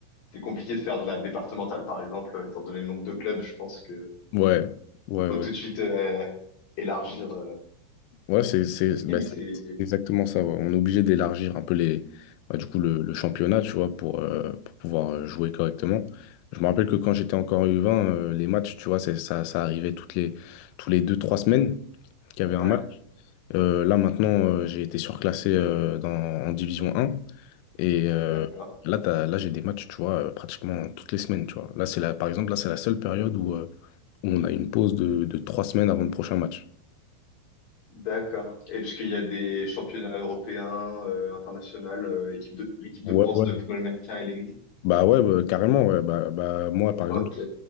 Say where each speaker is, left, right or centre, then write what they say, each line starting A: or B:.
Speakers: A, on the left (about 50°); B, on the left (about 85°).
A: c'est compliqué de faire de la départementale, par exemple, euh, étant donné le nombre de clubs. Je pense que
B: Ouais, ouais,
A: faut
B: ouais.
A: tout de suite euh, élargir. euh.
B: Ouais, c'est c'est-
A: Ok,
B: bah,
A: mais
B: c'est
A: c'est
B: exactement ça. ouais. On est obligé d'élargir un peu les, bah, du coup, le, le championnat, tu vois, pour, euh, pour pouvoir euh, jouer correctement. Je me rappelle que quand j'étais encore U20, euh, les matchs, tu vois, c'est- ça, ça arrivait toutes les, tous les deux, trois semaines qu'il y avait
A: ouais,
B: un match. Euh, là, maintenant, euh, j'ai été surclassé euh, dans, en Division 1. Et euh,
A: d'accord,
B: là, t'as- là, j'ai des matchs, tu vois, euh, pratiquement toutes les semaines, tu vois. Là, c'est la, par exemple, là, c'est la seule période où, euh, où on a une pause de, de trois semaines avant le prochain match.
A: d'accord. Et parce qu'il y a des championnats européens, euh, internationaux, euh, équipe de l'équipe
B: Ouais,
A: de France
B: ouais,
A: de football américain, elle existe.
B: Bah ouais, bah, carrément, ouais. Bah, bah, moi, par
A: Ok,
B: exemple,